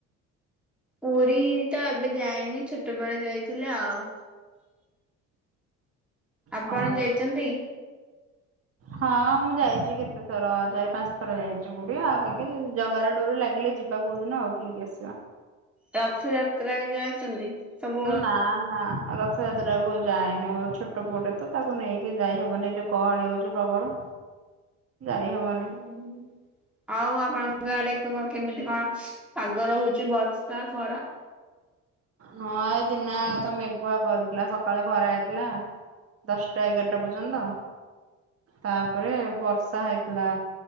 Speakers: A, in the centre; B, on the right (about 50°).
A: ପୁରୀ ତ ଏବେ ଯାଇନି ଛୋଟବେଳେ ଯାଇଥିଲେ ଆଉ। ଆପଣ
B: ହଁ।
A: ଯାଇଛନ୍ତି।
B: ହଁ ମୁଁ ଯାଇଛି କେତେ ଥର ଚାରି ପାଞ୍ଚ ଥର ଯାଇଛି ପୁରୀ ଆଉ ବାକି ଜଗାର ଡୋରି ଲାଗିଲେ ଯିବ। ଯିବା କୋଉଦୁନ ଆଉ ବୁଲିକି ଆସିବା।
A: ରଥଯାତ୍ରା ଯାଉଛନ୍ତି। ସବୁ
B: ନା ନା। ଉ ରଥଯାତ୍ରା କଉ ଯାଏନି ମୋ ଛୋଟ ପୁଟେ ତ ତାକୁ ନେଇକି ଯାଇହବନି ଏ ଯୋଉ ଗହଳି ହଉଛି ପ୍ରବଳ। ଯାଇ ହବନି
A: ହୁଁ ଆଉ ଆପଣଙ୍କ ଆଡେ କେମିତି କଣ। ପାଗ ରହୁଉଛି ବର୍ଷା ଖରା।
B: ହଁ ଦିନ ତ ମେଘୁଆ କରିଥିଲା ସକାଳେ ଖରା ହେଇଥିଲା। ଦଶ୍ଟା ଏଗାରଟା ପର୍ଯ୍ୟନ୍ତ ତାପରେ ବର୍ଷା ହେଇଥିଲା।